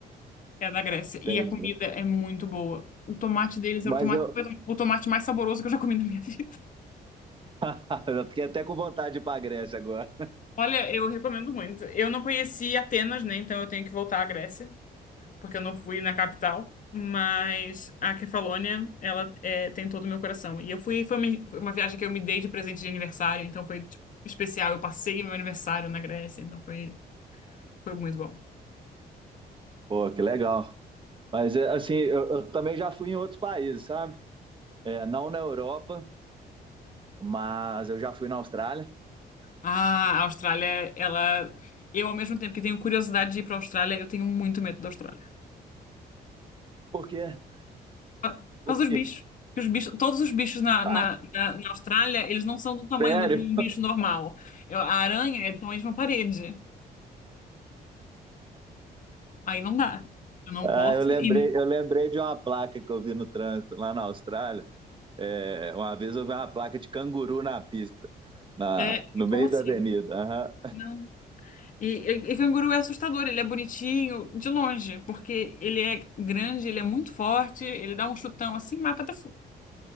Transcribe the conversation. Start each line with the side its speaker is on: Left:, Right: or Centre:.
Left: É da Grécia. E
Right: Entendi.
Left: a comida é muito boa. O tomate deles
Right: Mas
Left: era o tomate,
Right: eu...
Left: foi o tomate mais saboroso que eu já comi na minha vida.
Right: <laughs> eu fiquei até com vontade de ir para a Grécia agora.
Left: Olha, eu recomendo muito. Eu não conheci Atenas, né? Então eu tenho que voltar à Grécia, porque eu não fui na capital. Mas a Kefalônia, ela é, tem todo o meu coração. E eu fui, foi uma, foi uma viagem que eu me dei de presente de aniversário, então foi, tipo, especial. Eu passei meu aniversário na Grécia, então foi, foi muito bom.
Right: Pô, que legal. Mas é, assim, eu, eu também já fui em outros países, sabe? É, não na Europa, mas eu já fui na Austrália.
Left: Ah, a Austrália, ela. Eu, ao mesmo tempo que tenho curiosidade de ir pra Austrália, eu tenho muito medo da Austrália.
Right: <laughs> Por quê?
Left: Por
Right: Porque.
Left: causa dos bichos.
Right: <laughs>
Left: Porque os bichos, todos os bichos na, na,
Right: Ah,
Left: na, na Austrália, eles não são do tamanho
Right: sério?
Left: de um bicho normal. Eu- a aranha é do tamanho de uma parede. Aí não dá. Eu não
Right: Ah,
Left: posso.
Right: eu lembrei,
Left: E,
Right: eu lembrei de uma placa que eu vi no trânsito lá na Austrália. É, uma vez eu vi uma placa de canguru na pista, na,
Left: é,
Right: no
Left: como
Right: meio
Left: assim?
Right: da avenida. Aham.
Left: Não. E, e, e canguru é assustador. Ele é bonitinho de longe, porque ele é grande, ele é muito forte, ele dá um chutão assim e mata a pessoa.